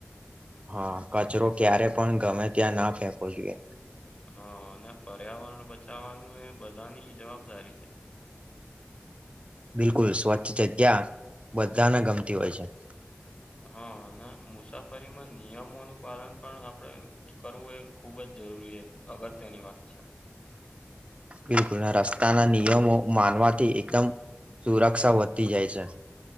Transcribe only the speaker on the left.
હા અને પર્યાવરણ બચાવવાનું એ બધાની જવાબદારી છે.
હા અને મુસાફરીમાં નિયમોનું પાલન પણ આપણેે કરવું એ ખૂબ જ જરૂરી એક અગત્યની વાત છે.